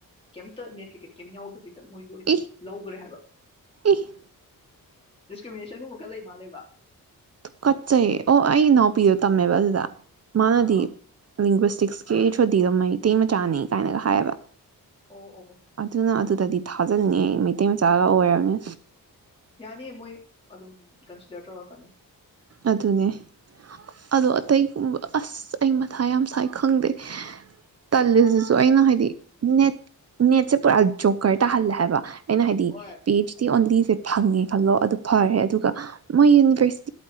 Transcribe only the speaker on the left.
ꯀꯩꯝꯇ ꯅꯦꯠ ꯀꯩꯀꯩ ꯀꯩꯝ ꯌꯥꯎꯗꯕ ꯁꯤꯗ ꯃꯣꯏꯒꯤ ꯑꯣꯏꯅ
ꯂꯧꯈ꯭ꯔꯦ ꯍꯥꯏꯕ
ꯗꯤꯁꯀ꯭ꯔꯤꯃꯤꯅꯦꯁꯟꯒꯨꯝꯕꯨꯛꯀ ꯂꯩ ꯃꯥꯜꯂꯦꯕ
ꯑꯥ ꯑꯥ
ꯑꯣ ꯑꯣ ꯑꯣ
ꯌꯥꯅꯤ ꯃꯣꯏ ꯑꯗꯨꯝ ꯀꯟꯁꯤꯗꯔ ꯇꯧꯔꯛꯀꯅꯤ
ꯍꯣꯏ